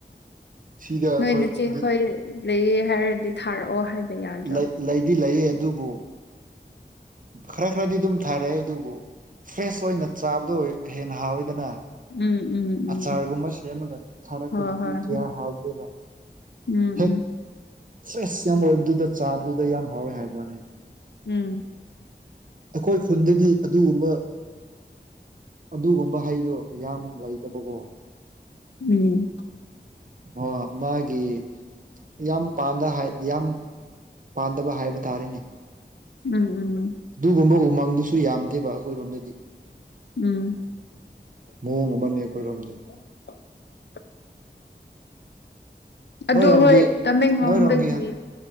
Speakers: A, on the right; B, on the left.
A: ꯁꯤꯗ
B: ꯅꯣꯏ
A: ꯑꯩꯈꯣꯏ
B: ꯅꯆꯦꯈꯣꯏ
A: ꯑꯗꯨ
B: ꯂꯩꯌꯦ ꯍꯥꯏꯔꯗꯤ ꯊꯥꯔꯛꯑꯣ ꯍꯥꯏꯕ ꯌꯥꯗ꯭ꯔꯣ
A: ꯂꯩ ꯂꯩꯗꯤ ꯂꯩꯌꯦ ꯑꯗꯨꯕꯨ ꯈꯔ ꯈꯔꯗꯤ ꯑꯗꯨꯝ ꯊꯥꯔꯛꯑꯦ ꯑꯗꯨꯕꯨ ꯐ꯭ꯔꯦꯁ ꯑꯣꯏꯅ ꯆꯥꯕꯗꯣ ꯍꯦꯟꯅ ꯍꯥꯎꯋꯤꯗꯅ
B: ꯎꯝ ꯎꯝ ꯎꯝ
A: ꯑꯆꯥꯔꯒꯨꯝꯕ ꯁꯦꯝꯃꯒ ꯊꯥꯔꯛꯄꯗꯨꯗꯤ
B: ꯍꯣꯏ ꯍꯣꯏ
A: ꯀꯌꯥ
B: ꯍꯣꯏ
A: ꯍꯥꯎꯇ‌ꯦꯕ
B: ꯎꯝ
A: ꯍꯦꯛ
B: ꯎꯝ
A: ꯁꯁ <unintelligible> ꯌꯥꯝ ꯑꯣꯏꯕꯗꯨꯗ ꯆꯥꯕꯗꯨꯗ ꯌꯥꯝ ꯍꯥꯎꯋꯦ ꯍꯥꯏꯕꯩ ꯋꯥꯅꯦ
B: ꯎꯝ
A: ꯑꯩꯈꯣꯏ ꯈꯨꯟꯗꯗꯤ ꯑꯗꯨꯒꯨꯝꯕ ꯑꯗꯨꯒꯨꯝꯕ ꯍꯩꯗꯣ ꯌꯥꯝ ꯂꯩꯇꯕꯀꯣ
B: ꯎꯝ
A: ꯑꯣ ꯃꯥꯒꯤ ꯌꯥꯝ ꯄꯥꯟꯗ ꯍꯥꯏ ꯌꯥꯝ ꯄꯥꯟꯗꯕ ꯍꯥꯏꯕ ꯇꯥꯔꯦꯅꯦ
B: ꯎꯝ ꯎꯝ
A: ꯑꯗꯨꯒꯨꯝꯕ ꯎꯃꯪꯗꯨꯁꯨ ꯌꯥꯝꯗꯦꯕ ꯑꯩꯈꯣꯏꯔꯣꯝꯗꯗꯤ
B: ꯎꯝ
A: ꯃꯑꯣꯡ ꯑꯃꯅꯤ ꯑꯩꯈꯣꯏꯔꯣꯝꯗꯤ
B: ꯑꯣ <inaudible> ꯑꯗꯨ
A: ꯅꯣꯏꯔꯣꯝꯒꯤ
B: ꯍꯣꯏ ꯇꯃꯦꯡꯂꯣꯡꯗꯒꯤ
A: ꯅꯣꯏꯔꯣꯝꯒꯤ